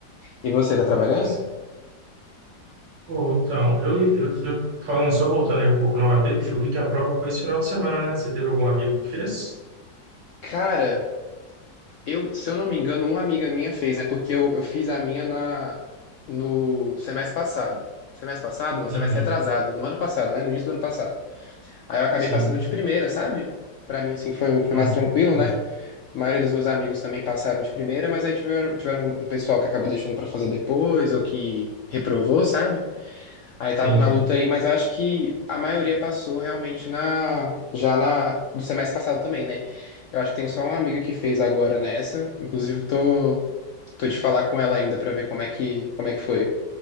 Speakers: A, on the left; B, on the right.
A: E você tá trabalhando?
B: Ah, tá certo. Ou então, eu, eu, eu falando só voltando aí um pouco na UAB, porque eu vi que a prova foi esse final de semana, né? Você teve algum amigo que fez?
A: Cara, eu, se eu não me engano, uma amiga minha fez, né? Porque eu, eu fiz a minha na, no semestre passado. Semestre passado? Não,
B: Uhum.
A: semestre retrasado. No ano passado, né? No início do ano passado. Aí eu acabei
B: Sim.
A: passando de primeira, sabe? Pra mim, assim, foi, foi
B: Ah,
A: mais tranquilo,
B: que bom.
A: né? A maioria dos meus amigos também passaram de primeira, mas aí tiveram, tiveram um pessoal que acabou deixando pra fazer depois ou que reprovou, sabe? Aí estavam
B: Entendi.
A: na luta aí, mas eu acho que a maioria passou realmente na já na do semestre passado também, né? Eu acho que tem só uma amiga que fez agora nessa, inclusive tô tô de falar com ela ainda pra ver como é que como é que foi.